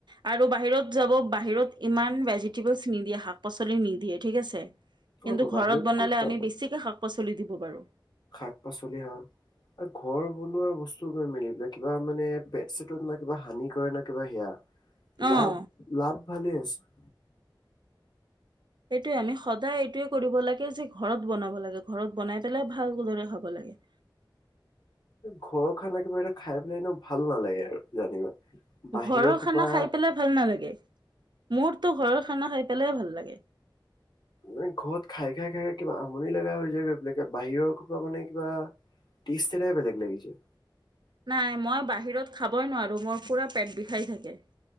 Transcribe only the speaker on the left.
অ
তো
বাহিৰত
ক'ত পাবা
শাক পাচলি হা ঘৰ বনোৱা বস্তু গৈ মেলি পেলাই কিবা মানে পেট চেটত না কিবা হানি কৰে না কিবা সেয়া।
লাভ লাভ ভালে আছে।
ঘৰৰ খানা একেবাৰেটা খাই পেলাই এনে ভাল নালাগে আৰু জানিবা। বাহিৰৰ
খোপা
মানে ঘৰত খাই খাই খাই খাই কিবা আমনি লগা হৈ যায় গৈ পেলাকে। বাহিৰৰ সোপা মানে কিবা টেষ্ট এটাই বেলেগ লাগি যায়।